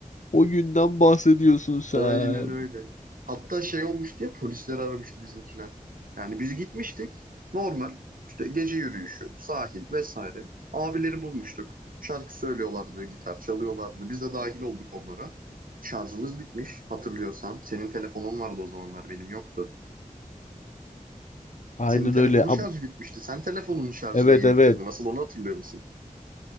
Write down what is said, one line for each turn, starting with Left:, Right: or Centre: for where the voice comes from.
Left: O günden bahsediyorsun sen.
Right: Aynen öyle. Hatta şey olmuş diye polisleri aramıştı bizimkiler. Yani biz gitmiştik. Normal. İşte gece yürüyüşü, sahil vesaire. Abileri bulmuştuk. Şarkı söylüyorlardı, gitar çalıyorlardı. Biz de dahil olduk onlara. Şarjımız bitmiş hatırlıyorsan. Senin telefonun vardı o zamanlar benim yoktu.
Left: Aynen
Right: Senin telefonun
Left: öyle. Am-
Right: şarjı bitmişti. Sen telefonunun şarjını
Left: Evet
Right: yeni
Left: evet.
Right: bitirdin. Nasıl onu hatırlıyor musun?